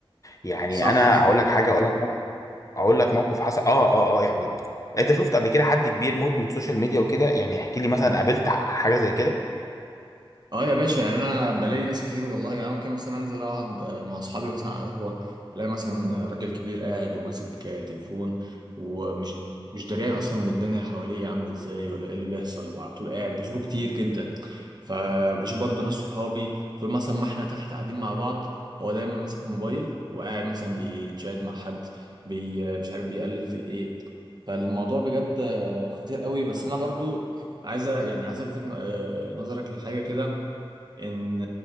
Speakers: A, on the left; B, on the right.
A: يعني
B: صح
A: انا هقول لك حاجه هقول لك موقف- هقول لك موقف حصل اه اه اه يعني انت شفت قبل كده حد كبير مدمن سوشيال ميديا وكده يعني احكي لي مثلا قابلت حاجه زي كده
B: اه يا باشا يعني انا بلاقي ناس كتير والله يعني ممكن مثلا انزل اقعد آه، مع اصحابي مثلا على القهوه الاقي مثلا راجل كبير قاعد وماسك آه، تليفون ومش مش دريان اصلا من الدنيا حواليه عامله ازاي ولا ايه اللي بيحصل وعلى طول قاعد بشوفه كتير جدا فبشوف برضو ناس صحابي طول مثلا ما احنا تحت قاعدين مع بعض هو دايما ماسك موبايل وقاعد مثلا بيتشات مع حد بي آه، مش عارف بيقلب في الايه فالموضوع بجد آه، خطير قوي بس انا برضو عايز أ- يعني عايز الفت ن- آه، نظرك لحاجه كده ان